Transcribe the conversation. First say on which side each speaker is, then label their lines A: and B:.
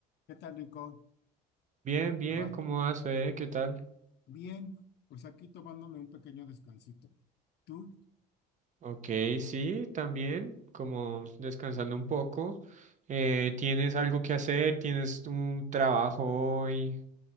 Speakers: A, on the left; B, on the right.
A: ¿Qué tal, Nico?
B: Bien, bien,
A: ¿Te va?
B: ¿cómo vas, Fede? ¿Qué tal?
A: Bien, pues aquí tomándome un pequeño descansito. ¿Tú?
B: Ok, sí, también, como descansando un poco. Eh, ¿tienes algo que hacer? ¿Tienes un trabajo hoy?